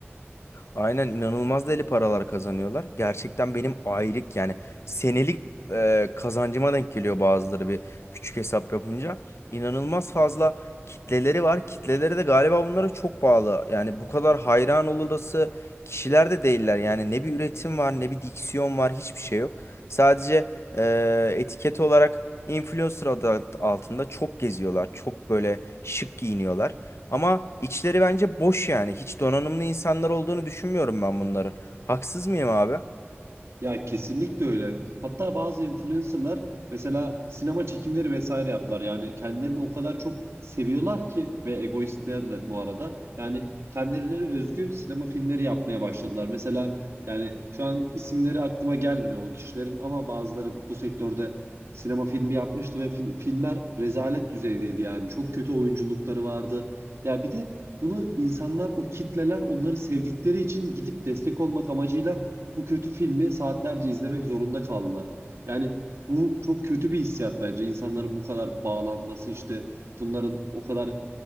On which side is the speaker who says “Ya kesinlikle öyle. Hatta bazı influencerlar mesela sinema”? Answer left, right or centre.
Right